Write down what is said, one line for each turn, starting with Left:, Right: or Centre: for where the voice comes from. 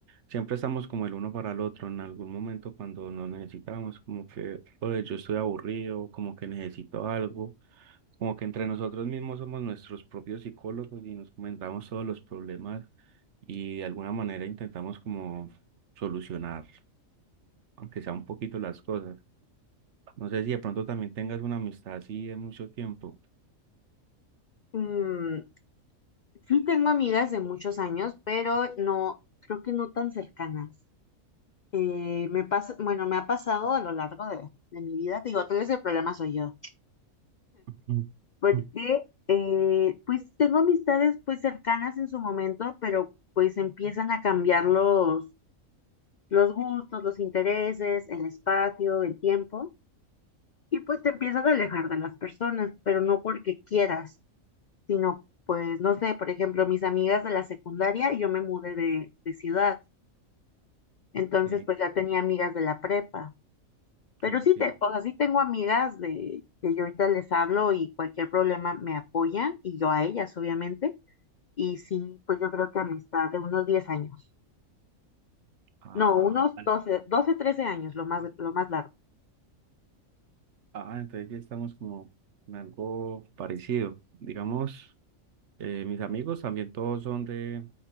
Right: siempre estamos como el uno para el otro. En algún momento cuando nos necesitamos, como que, oye, yo estoy aburrido, como que necesito algo, como que entre nosotros mismos somos nuestros propios psicólogos y nos comentamos todos los problemas y de alguna manera intentamos como solucionar. aunque sea un poquito las cosas. No sé si de pronto también tengas una amistad así de mucho tiempo.
Left: Mm, sí tengo amigas de muchos años, pero no, creo que no tan cercanas. Eh, me pasa, bueno, me ha pasado a lo largo de, de mi vida, te digo, todo ese problema soy yo,
Right: Ujú,
Left: porque
Right: ujú.
Left: eh, pues tengo amistades pues cercanas en su momento, pero pues empiezan a cambiar los, los gustos, los intereses, el espacio, el tiempo, y pues te empiezas a alejar de las personas, pero no porque quieras, sino pues, no sé, por ejemplo, mis amigas de la secundaria, yo me mudé de, de ciudad, entonces
Right: Sí,
Left: pues ya tenía amigas de la prepa. Pero
Right: entiendo.
Left: sí, te, o sea, sí tengo amigas de que yo ahorita les hablo y cualquier problema me apoyan y yo a ellas, obviamente. Y sí, pues yo creo que amistad de unos 10 años.
Right: Ah,
Left: No, unos
Right: vale.
Left: doce doce 13 años, lo más, lo más largo.
Right: ah, entonces ya estamos como en algo parecido. Digamos, eh, mis amigos también todos son de